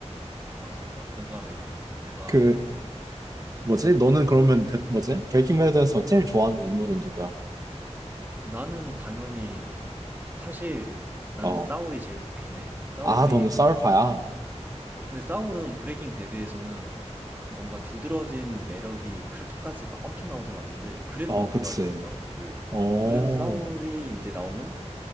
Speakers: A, on the right; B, on the right.
A: 맞아, 나도 공감해. 뭔가
B: 그, 뭐지? 너는 그러면, 배- 뭐지? 브레이킹배드에서 제일 좋아하는 인물은 누구야?
A: 나는 당연히 사실 나는
B: 어.
A: 싸울이 제일 좋긴 해. 싸울이
B: 아, 너는
A: 뭔가
B: 사울파야.
A: 근데 싸울은 브레이킹 배드에서는 뭔가 두드러진 매력이 그렇게까지 막 엄청 나오진 않는데 그래도
B: 어,
A: 난
B: 그치.
A: 좋아했거든 싸울을.
B: 어,
A: 그래서 싸울이 이제 나오는